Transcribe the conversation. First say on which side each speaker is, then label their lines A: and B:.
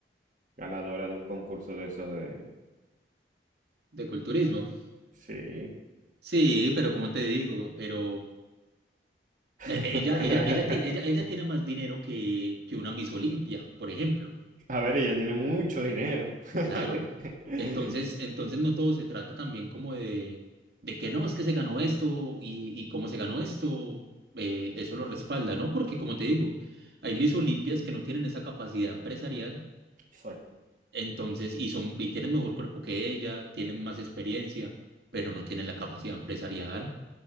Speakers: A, on the right (about 45°); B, on the right (about 65°).
A: ganadora de un concurso de esos de...
B: De culturismo.
A: Sí.
B: Sí, pero como te digo, pero e-
A: <laughs>
B: ella, ella, ella tiene, ella, ella tiene más dinero que, que una Miss Olimpia, por ejemplo.
A: A ver, ella tiene mucho dinero. <laughs>
B: Claro, entonces, entonces no todo se trata también como de, de que no, es que se ganó esto y, y cómo se ganó esto, eh, eso lo respalda, ¿no? Porque como te digo, hay mis Olimpias que no tienen esa capacidad empresarial,
A: Exacto.
B: entonces, y son, y tienen mejor cuerpo que ella, tienen más experiencia, pero no tienen la capacidad empresarial.